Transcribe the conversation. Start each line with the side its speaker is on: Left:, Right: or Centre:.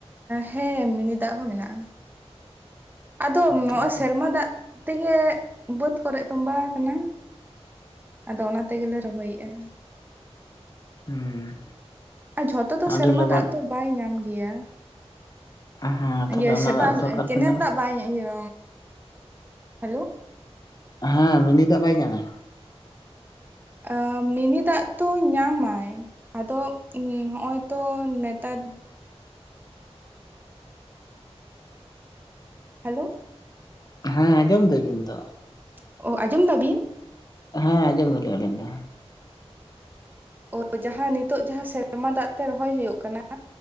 Right: ᱦᱮᱸ ᱢᱤᱱᱤ ᱫᱟᱜᱽ ᱦᱚᱸ ᱢᱮᱱᱟᱜᱼᱟ᱾ ᱟᱫᱚ ᱱᱚᱜᱼᱚᱭ
Left: ᱦᱩᱸ
Right: ᱥᱮᱨᱢᱟ ᱫᱟᱜᱽ ᱛᱮᱜᱮ ᱵᱟᱹᱫᱽ ᱠᱚᱨᱮ ᱛᱚᱸᱵᱟᱣ ᱟᱠᱟᱱᱟ, ᱟᱫᱚ ᱚᱱᱟ ᱛᱮᱜᱮᱞᱮ ᱨᱚᱦᱚᱭᱮᱼᱟ᱾
Left: ᱦᱩᱸ
Right: ᱟᱨ ᱡᱷᱚᱛᱚ ᱫᱚ
Left: ᱟᱹᱰᱤ
Right: ᱥᱮᱨᱢᱟ
Left: ᱞᱚᱜᱚᱱ
Right: ᱫᱟᱜᱽ ᱛᱚ ᱵᱟᱭ ᱧᱟᱢ ᱜᱮᱭᱟ᱾
Left: ᱦᱮᱸ ᱛᱟᱦᱞᱮ
Right: ᱤᱭᱟᱹ
Left: ᱚᱱᱟ
Right: ᱥᱮᱛᱟ
Left: ᱫᱟᱜ ᱫᱚ ᱚᱠᱟ ᱨᱮᱯᱮ
Right: ᱠᱮᱱᱮᱞ
Left: ᱧᱟᱢᱟ
Right: ᱫᱟᱜᱽ ᱵᱟᱭ ᱧᱟ ᱤᱭᱟᱹ ᱦᱮᱞᱳ,
Left: ᱦᱮᱸ ᱢᱤᱱᱤ ᱫᱟᱜᱽ ᱵᱟᱭ ᱧᱟᱢᱟ?
Right: ᱟᱸ ᱢᱤᱱᱤ ᱫᱟᱜᱽ ᱛᱚ ᱧᱟᱢᱟᱭ᱾ ᱟᱫᱚ ᱱᱚᱜᱼᱚᱭ ᱛᱚ ᱱᱮᱛᱟᱨ, ᱦᱮᱞᱳ,
Left: ᱦᱮᱸ ᱟᱸᱡᱚᱢ ᱫᱟᱹᱧ ᱤᱧ ᱫᱚ᱾
Right: ᱚ ᱟᱸᱡᱚᱢ ᱫᱟᱵᱤᱱ?
Left: ᱦᱮᱸ ᱟᱸᱡᱚᱢ ᱫᱟᱞᱤᱧ ᱟᱹᱞᱤᱧ ᱫᱚ᱾
Right: ᱚ ᱡᱟᱦᱟᱸ ᱱᱤᱛᱚᱜ ᱡᱟᱦᱟᱸ ᱥᱮ ᱥᱮᱨᱢᱟ ᱫᱟᱜᱽ ᱛᱮ ᱨᱚᱦᱚᱭ ᱦᱩᱭᱩᱜ ᱠᱟᱱᱟ